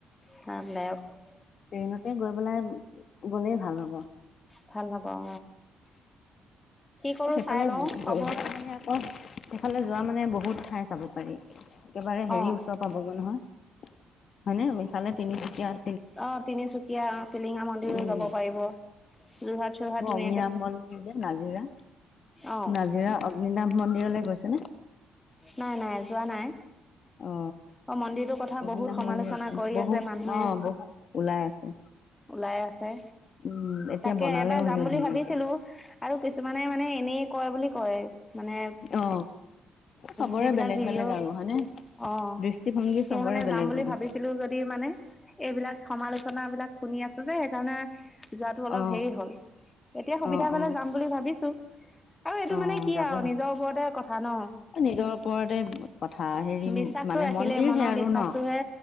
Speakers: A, on the left; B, on the left.
A: আৰামদায়ক
B: ট্ৰেইনতে গৈ বেলাই গ'লেই ভাল হ'ব
A: ভাল হ'ব অ', কি কৰোঁ
B: সেইফালে
A: চাই লওঁ
B: যোৱা
A: খবৰ
B: মানে আকৌ এইফালে যোৱা মানে বহুত ঠাই চাব পাৰি একেবাৰে হেৰি
A: অ',
B: ওচৰ পাবগৈ নহয় হয় নে বিশালে তিনিচুকীয়াত
A: অ তিনিচুকীয়া টিলিঙা মন্দিৰো
B: উম
A: যাব পাৰিব যোৰহাট চোৰহাট ধুনীয়া
B: নাম মি যে নাজিৰা
A: অ',
B: নাজিৰা মিনাম মন্দিৰলৈ গৈছে নে
A: নাই নাই যোৱা নাই
B: অ
A: অ মন্দিৰটোৰ কথা
B: অগ্নিনাভ
A: বহুত সমালোচনা
B: মন্দিৰ
A: কৰি
B: বহুত
A: আছে মানুহে
B: অ বহুত ওলাই আছে
A: ওলাই আছে
B: উম এতিয়া
A: তাকে
B: বনালেও
A: এবাৰ
B: হেনো
A: যাম বুলি
B: ধুনীয়াকে
A: ভাবিছিলো আৰু কিছুমানে মানে এনেই কয় বুলি কয় মানে
B: অ চবৰে
A: যিবিলাক
B: বেলেগ
A: ভিডিঅ'
B: বেলেগ আৰু হয়নে
A: অ
B: দৃষ্টিভংগী
A: সেই
B: চবৰে
A: মানে
B: বেলেগ
A: যাম বুলি
B: বেলেগ
A: ভাবিছিলো যদি মানে এইবিলাক সমালোচনা বিলাক শুনি আছো যে সেইকাৰণে যোৱাতটো অলপ
B: অ
A: হেৰি হল এতিয়া সুবিধা
B: অ
A: পাললে
B: অ
A: যাম বুলি ভাবিছো <unintelligible> আৰু এইটো
B: অ
A: মানে কি
B: যাব
A: আৰু
B: লাগে
A: নিজৰ ওপৰতে কথা ন
B: নিজৰ ওপৰতে কথা হেৰি
A: বিশ্বাসটো
B: মানে
A: ৰাখিলে
B: মন্দিৰ
A: মনৰ
B: হে আৰু
A: বিশ্বাসটোহে
B: ন